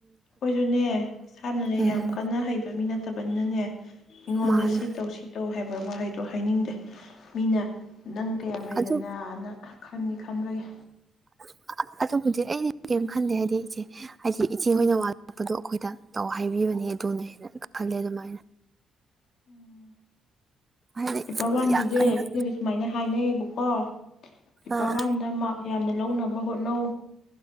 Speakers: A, on the left (about 65°); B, on the right (about 25°).
A: ꯑꯈꯣꯏꯁꯨꯅꯦ ꯏꯁꯥꯅꯅꯦ
B: ꯎꯝ
A: ꯌꯥꯝ ꯀꯟꯅ ꯍꯩꯕ ꯃꯤ ꯅꯠꯇꯕꯅꯤꯅꯅꯦ ꯃꯤꯉꯣꯟꯗ
B: ꯃꯥꯅꯦ
A: ꯁꯤꯇꯧ ꯁꯤꯇꯧ ꯍꯥꯏꯕ ꯋꯥꯍꯩꯗꯣ ꯍꯥꯏꯅꯤꯡꯗꯦ ꯃꯤꯅ ꯅꯪ ꯀꯌꯥꯝ ꯍꯩꯗꯅ
B: ꯑꯗꯨ
A: ꯑꯅ ꯈꯟꯅꯤ ꯈꯟꯕꯒꯤ
B: ꯑꯥ ꯑꯗꯨꯕꯨꯗꯤ ꯑꯩꯩꯅ ꯀꯔꯤꯝ ꯈꯟꯗꯦ ꯍꯥꯏꯗꯤ ꯏꯆꯦ ꯍꯥꯏꯗꯤ ꯏꯆꯦꯍꯣꯏꯅ ꯋꯥ ꯂꯣꯠꯄꯗꯣ ꯑꯩꯈꯣꯏꯗ ꯇꯧ ꯍꯥꯏꯕꯤꯕꯅꯦ ꯑꯗꯨꯅꯅ ꯈꯜꯂꯦ ꯑꯗꯨꯃꯥꯏꯅ
A: ꯎꯨꯝ
B: ꯍꯥꯏꯗꯤ
A: ꯄꯦꯄꯔ ꯋꯥꯟꯒꯤꯁꯦ
B: ꯌꯥꯝ ꯀꯟꯅ
A: ꯑꯩꯈꯣꯏꯗꯤ ꯁꯨꯃꯥꯏꯅ ꯍꯥꯏꯅꯩꯌꯦꯕꯀꯣ ꯄꯦꯄꯔ
B: ꯑꯥ
A: ꯋꯥꯟꯗ ꯃꯥꯔꯛ ꯌꯥꯝꯅ ꯂꯧꯅꯕ ꯍꯣꯠꯅꯧ